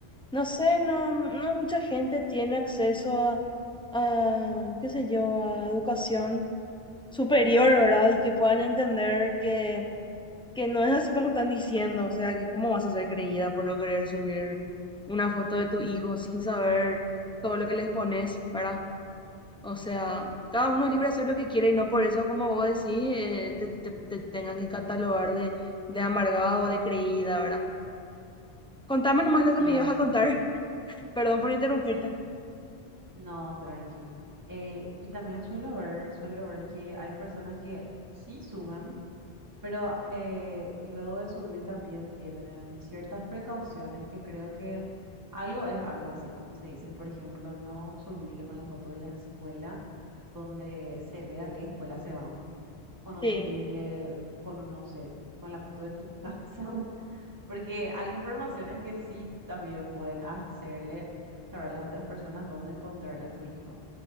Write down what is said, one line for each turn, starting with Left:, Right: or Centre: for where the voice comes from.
Centre: no sé, no, no mucha gente tiene acceso a, a, qué sé yo, a educación superior, ¿verdad? Y que puedan entender que que no es así como están diciendo, o sea, que cómo vas a ser creída por no querer subir una foto de tu hijo sin saber todo lo que les pones, ¿verdad? O sea, cada uno es libre de hacer lo que quiere y no por eso, como vos decís, eh, te, te- te tengan que catalogar de, de amargada o de creída, ¿verdad? Contame nomás
Right: Sí,
Centre: lo que me
Right: así
Centre: ibas a contar,
Right: mismo.
Centre: <laughs> perdón por interrumpirte.
Right: sí No, tranqui. Eh, y también suelo ver, suelo ver que hay personas que sí suben, pero eh, luego de subir también tienen ciertas precauciones que creo que algo es algo, así como se dice. Por ejemplo, no subirle con la foto de la escuela donde se vea qué escuela se van, o no
Centre: Sí,
Right: subirle con, un, no sé, con la foto de tu casa. <laughs> Porque hay informaciones que sí también pueden hacerle saber a las otras personas dónde encontrarle a tu hijo.